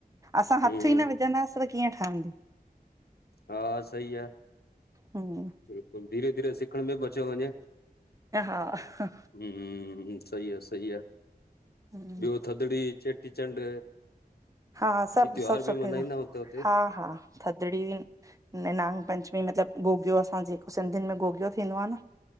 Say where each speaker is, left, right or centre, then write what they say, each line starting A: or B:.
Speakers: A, on the right (about 20°); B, on the left (about 85°).
A: असां
B: हम्म,
A: हथ ई न विझंदासीं त कीअं ठहंदी
B: हा सही आ
A: हम्म
B: बिल्कुलु धीरे-धीरे सिखण में बि अचियो वञे
A: एं हा अहं
B: हूं सही आ, सही आ,
A: हम्म
B: ॿियो थदड़ी, चेटीचंड
A: हा सभु,
B: ही त्योहार
A: सभु सुठे
B: बि मनाईंदा
A: सां
B: हुते हुते?
A: हा, हा थधड़ि बिं नि नांगपंचमी मतलबु गोगियो असां जेको सिंधियुनि में गोगियो थींदो आ न